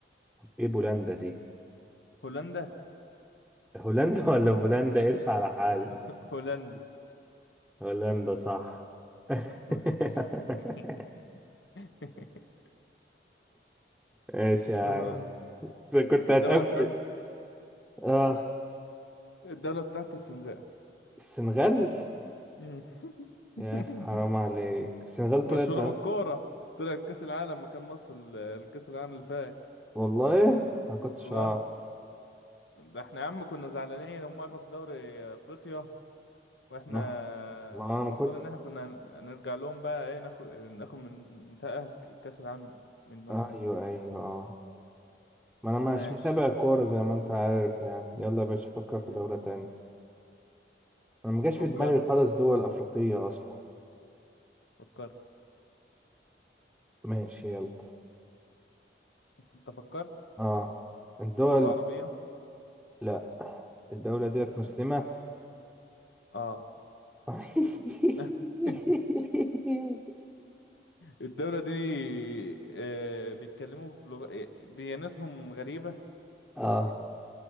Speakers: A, in the centre; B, on the left.
A: ايه بولندا دي
B: هولندا
A: هولندا ولا بولندا ارسى على حال
B: <laughs> هولندا
A: هولندا صح <laughs>
B: <laughs> ماشي <laughs>
A: ماشي يا
B: آه.
A: عم بس كنت
B: الدولة
A: هتقفل
B: بتاعت الس-
A: اه
B: الدولة بتاعت السنغال
A: السنغال
B: مم. <laughs>
A: يا اخي حرام عليك السنغال طلعت
B: مشهورة بالكورة طلعت كأس العالم مكان مصر ال- الكأس العالم اللي فات
A: والله ما كنتش
B: الله
A: اعرف
B: ده احنا يا عم كنا زعلانين هم اخدوا دوري افريقيا واحنا
A: ما ما
B: المفروض
A: انا ما كنت
B: ان احنا كنا هن- هنرجع لهم بقى ايه ناخد ناخد من نتأهل ك- كأس العالم منهم
A: ايوه
B: هم.
A: ايوه اه ما انا
B: ماشي
A: مش متابع الكوره زي ما انت عارف يعني يلا يا باشا فكر في
B: مم.
A: دولة تانية انا ما جاش
B: فكرت
A: في دماغي خالص دول افريقية اصلا
B: فكرت
A: ماشي يلا
B: انت أنت فكرت
A: اه الدول
B: دول عربية
A: لا الدولة ديت
B: مم.
A: مسلمة
B: اه
A: <laughs>
B: <laughs> الدولة دي آه، بيتكلموا بلغة ديانتهم غريبة
A: اه